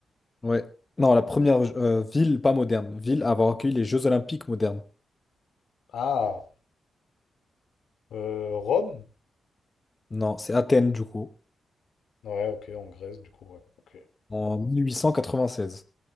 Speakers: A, on the left; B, on the left.
A: Ouais. Non, la première euh, ville, pas moderne, ville à avoir accueilli les Jeux Olympiques modernes.
B: Ah, euh, Rome?
A: Non, c'est Athènes, du coup,
B: Ouais, ok, en Grèce, du coup, ouais. Ok.
A: en 1896.